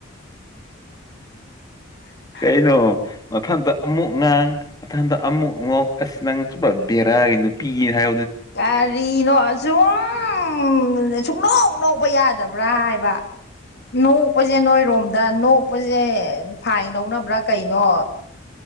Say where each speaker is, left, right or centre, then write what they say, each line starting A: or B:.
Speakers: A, on the left; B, on the left.
A: <inaudible>
B: ꯀꯩꯅꯣ ꯃꯊꯟꯗ ꯑꯃꯨꯛ ꯉꯥꯡ ꯃꯊꯟꯗ ꯑꯃꯨꯛ ꯉꯣꯛ ꯑꯁ ꯅꯪ ꯁꯨꯕ ꯕꯦꯔꯥꯒꯤ ꯅꯨꯄꯤꯒꯤ ꯍꯥꯏ
A: ꯀꯔꯤ ꯀꯅꯣ ꯑꯁꯨꯝ ꯁꯨꯡꯅꯣꯛ ꯅꯣꯛꯄ ꯌꯥꯗꯕ꯭ꯔꯥ ꯍꯥꯏꯕ ꯅꯣꯛꯄꯁꯦ ꯅꯣꯏꯔꯣꯝꯗ ꯅꯣꯛꯄꯁꯦ ꯐꯥꯏꯟ ꯂꯧꯅꯕ꯭ꯔꯥ ꯀꯩꯅꯣ